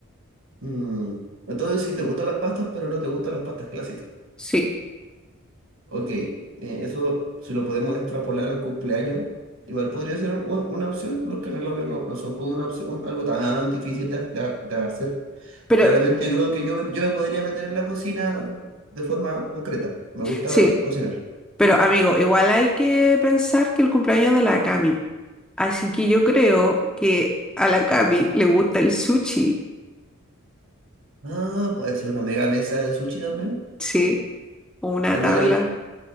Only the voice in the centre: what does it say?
sí.
Pero,
sí,
pero amigo, igual hay que pensar que el cumpleaños de la Cami. Así que yo creo que a la Cami le gusta el sushi,
¿sí? O una
tabla.